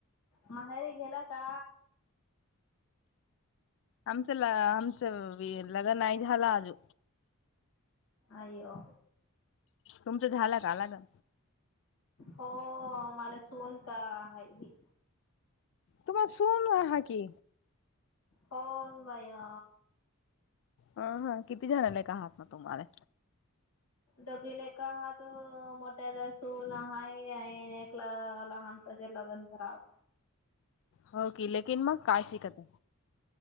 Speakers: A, on the left; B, on the left.
A: माहेरी गेला का
B: आमचं आमचं लग्न नाही झालं आजू
A: अयो
B: तुमचं झालं काला ग
A: हो मला सोन का आहेी
B: तुम्हा सुन हा की
A: होन बाया
B: हा-हा किती जणालाय कात म तु मारे
A: दघेल एका हात मोठ्याला सुन हाय हाय आणि एकला लहानपज लग्न करावा
B: हो की लेकिन मग काय शिकत